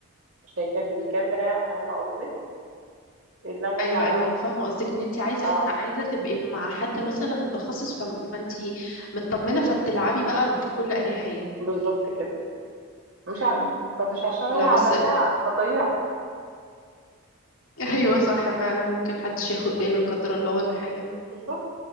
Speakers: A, on the right; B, on the left.
A: شايفاه في الكاميرا فاهمة قصدي إنما
B: ايوه
A: ما
B: ايوه انا فاهمه قصدك ان انت عايزه
A: آه
B: عايزه تبقي مع حد مثلا متخصص ف... فانت مطمنه فبتلعبي بقى بكل اريحيه
A: بالظبط كده مش ع... فمش عشان
B: لا
A: ألعب
B: بس
A: أنا أضيعه
B: <laughs> ايوه صح فعلا ممكن حدش ياخد باله لا قدر الله ولا حاجه
A: بالظبط